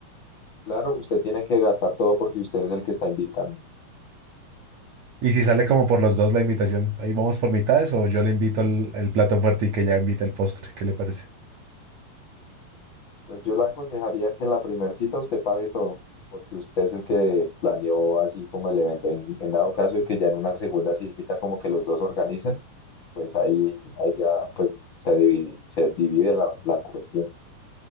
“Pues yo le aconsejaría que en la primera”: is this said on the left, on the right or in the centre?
Left